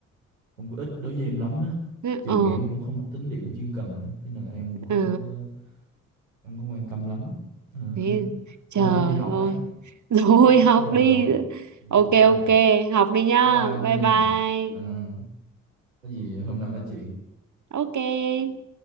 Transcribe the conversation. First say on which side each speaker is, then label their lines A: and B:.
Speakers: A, on the right; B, on the right.
A: không có ích đối với em lắm á
B: thế-
A: trường
B: ờ
A: em nó cũng không có tính điểm chuyên cần á cho nên là em cũng không
B: ờ
A: có không có quan tâm lắm Ờ.
B: thế trời
A: thôi em đi học
B: ơi
A: đây
B: <laughs> rồi
A: tới hết
B: học
A: giờ
B: đi
A: rồi đi
B: ok
A: học đây
B: ok học đi nhá
A: bye bye nghe
B: bye bye
A: Ờ, có gì hôm nào nói chuyện
B: ok